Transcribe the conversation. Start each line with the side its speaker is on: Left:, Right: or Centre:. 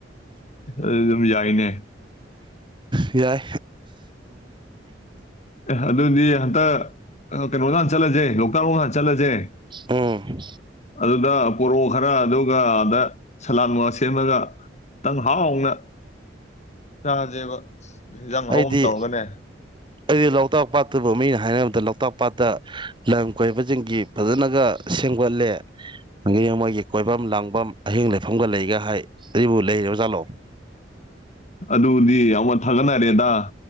Left: ꯑꯗꯨ ꯑꯗꯨꯝ ꯌꯥꯏꯅꯦ
Right: ꯌꯥꯏ
Left: ꯑꯗꯨꯗꯤ ꯍꯟꯇ ꯀꯩꯅꯣꯖ ꯆꯠꯂꯖꯦ ꯂ ꯂꯧꯀꯔ ꯆꯠꯂꯖꯦ
Right: ꯎꯝ
Left: ꯑꯗꯨꯗ- ꯄꯣꯔꯣꯛꯑꯣ ꯈꯔ ꯑꯗꯨꯒ ꯑꯗ ꯁꯂꯥꯠ ꯅꯨꯡꯂꯥꯠ ꯁꯦꯝꯃꯒ ꯈꯤꯇꯪ ꯍꯥꯎꯅ ꯆꯥꯁꯦꯕ ꯏꯟꯖꯥꯡ
Right: ꯑꯩꯗꯤ
Left: ꯑꯍꯥꯎꯕ ꯑꯃ ꯇꯧꯔꯒꯅꯦ ꯑꯦ
Right: ꯑꯩꯗꯤ ꯂꯣꯛꯇꯥꯛ ꯄꯥꯠꯇꯕꯨ ꯃꯤꯅ ꯍꯥꯏꯅꯕꯗ ꯂꯣꯛꯇꯥꯛ- ꯄꯥꯠꯇ ꯂꯝ ꯀꯣꯏꯕꯖꯤꯡꯒꯤ ꯐꯖꯅꯒ ꯁꯦꯝꯒꯠꯂꯦ ꯑꯗꯒꯤ ꯃꯣꯏꯒꯤ ꯀꯣꯏꯕꯝ ꯂꯥꯡꯕꯝ ꯑꯍꯤꯡ ꯂꯦꯛꯐꯝꯒ ꯂꯩꯒ ꯍꯥꯏ ꯂꯩꯕꯨ ꯂꯩꯔꯕ ꯖꯥꯠꯂꯣ
Left: ꯑꯗꯨꯗꯤ ꯌꯥꯝ ꯋꯥꯟ ꯊꯥꯒꯠꯅꯔꯦꯗ